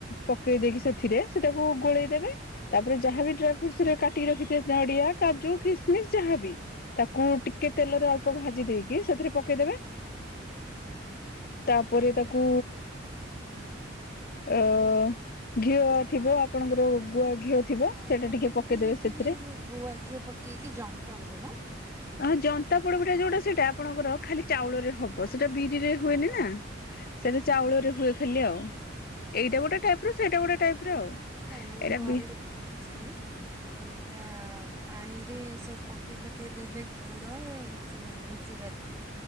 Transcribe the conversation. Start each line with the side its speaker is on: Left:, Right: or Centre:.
Left: ପକେଇ ଦେଇକି ସେଥିରେ ସେଟାକୁ ଗୋଳେଇଦେବେ ତାପରେ ଯାହା ବି ଡ୍ରା ଫ୍ରୁଟସ ରେ କାଟିକି ରଖିଥିବେ ନଡ଼ିଆ, କାଜୁ ଖିସିମିସ୍, ଯାହାବି ତାକୁ
Right: ହଁ
Left: ଟିକେ ତେଲରେ ଅଳ୍ପ ଭାଜି ଦେଇକି ସେଥିରେ ପକେଇଦେବେ
Right: ହଁ, ହଁ।
Left: ତାପରେ ତାକୁ ଅ ଘିଅ ଥିବ ଆପଣଙ୍କର ଗୁଆ ଘିଅ ଥିବ
Right: ହଁ
Left: ସେଇଟା
Right: ମୁଁ
Left: ଟିକେ
Right: ଦେଖିଛି
Left: ପକେଇଦେବେ
Right: ଯେତିକି
Left: ସେଥିରେ
Right: ସେ ଗୁଆ ଘିଅ ପକେଇକି ଜନ୍ତନ୍ତି ନା।
Left: ହଁ ଜନ୍ତା ପୋଡବିଟା ଯୋଉଟା ସେଇଟା ଆପଣଙ୍କର ଖାଲି ଚାଉଳରେ ହବ। ସେଟା ବିରିରେ ହୁଏନି
Right: ଓହୋ।
Left: ନା
Right: ଓହୋ
Left: ସେଟା ଚାଉଳରେ ହୁଏ ଖାଲି ଆଉ
Right: ଓହୋ
Left: ଏଇଟା ଗୋଟେ ଟାଇପ ସେଇଟା ଗୋଟେ ଟାଇପ୍ ର ଆଉ।
Right: ନାଇଁ ମୁଁ
Left: ଏଇଟା
Right: ଘରେ
Left: ବି
Right: ଦେଖିଛି କି ସେଇଟା ପାଣିରେ ସବୁ ପକେଇ ପକେଇ ଦେବେ ଗୁଡ଼ ଯୋଉ ଗୁଜୁରାତି